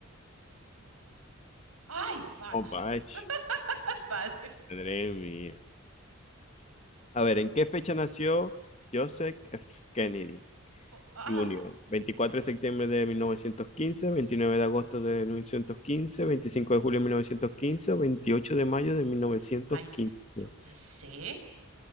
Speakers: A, on the right (about 85°); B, on the left (about 30°).
A: Ay, Bach.
B: Opa, ch-
A: <laughs> Vale.
B: madre mía. A ver, ¿en qué fecha nació Joseph F. Kennedy?
A: Jo- Ah,
B: Junior, veinticuatro de septiembre de mil novecientos quince, 29 de agosto de 1915, 25 de julio de 1915, veintiocho de mayo de mil novecientos
A: ay,
B: quince.
A: yo qué sé.